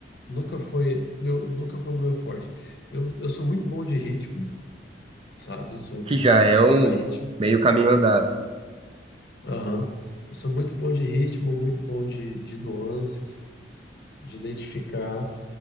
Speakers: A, on the left; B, on the right.
A: Nunca foi meu, nunca foi o meu forte. Eu, eu sou muito bom de ritmo, sabe? Sou
B: que já é um
A: pra ritmo.
B: meio caminho andado. né?
A: Aham. Eu sou muito bom de ritmo, muito bom de, de nuances, de identificar.